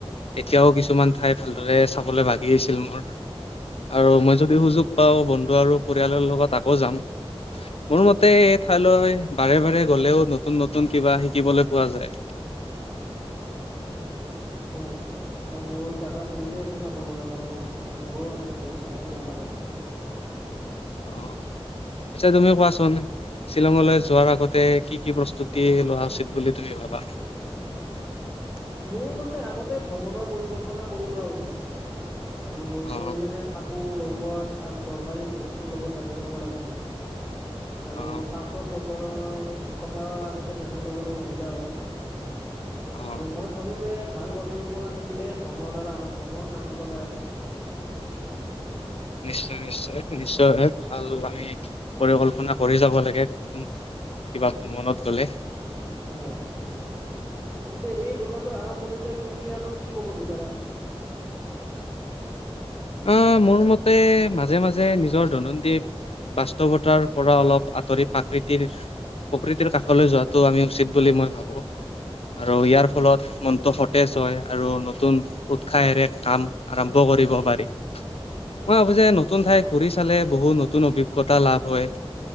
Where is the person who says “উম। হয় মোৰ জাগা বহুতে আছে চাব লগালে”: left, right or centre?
Right